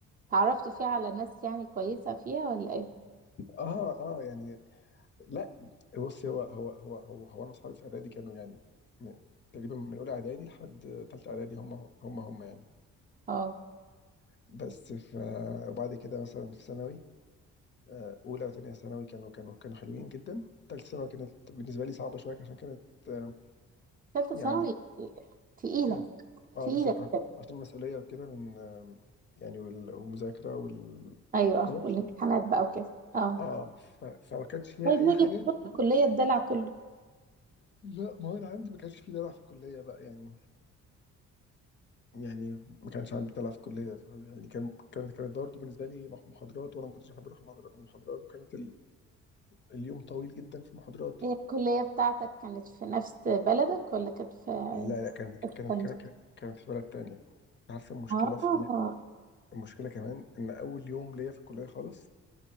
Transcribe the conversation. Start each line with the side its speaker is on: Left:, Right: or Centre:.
Right: تعرفت فيها على ناس يعني كويسه فيها ولا ايه
Left: اه اه يعني لا بص هو هو هو هو, هو انا اصحابي في اعدادي كانوا يعني م- تقريبا من اولى اعدادي لحد ثالثه اعدادي هم هم هم يعني
Right: اه
Left: بس ف وبعد كده مثلا في ثانوي آه، اولى وثانيه ثانوي كانوا كانوا كانوا حلوين جدا ثالثه ثانوي كانت بالنسبه لي صعبه شويه عشان كانت آه،
Right: تالتة
Left: يعني
Right: ثانوي تقيله
Left: كانت اه
Right: تقيله
Left: بالظبط
Right: كده.
Left: عشان المسؤوليه وكده من آه، يعني وال- والمذاكره وال
Right: ايوه
Left: كده
Right: والامتحانات بقى وكده اه
Left: اه ف... فما كانش فيها
Right: طيب
Left: اي
Right: نيجي
Left: حاجه
Right: لفترة الكلية الدلع كله
Left: لا ما هو انا عندي ما كانش في دلع في الكليه بقى يعني يعني ما كانش عندي دلع في الكليه ف- يعني كان كان كانت برضه بالنسبه لي مح- محاضرات وانا ما كنتش بحب اروح محاضر- محاضرات وكانت ال... اليوم طويل جدا في محاضرات
Right: هي الكلية بتاعتك كانت في نفس بلدك ولا كانت في
Left: لا لا كانت
Right: حتة
Left: كانت
Right: تانية؟
Left: كانت كانت في بلد تانية انت عارفه المشكله
Right: اه
Left: في ايه المشكله كمان ان اول يوم ليا في الكليه خالص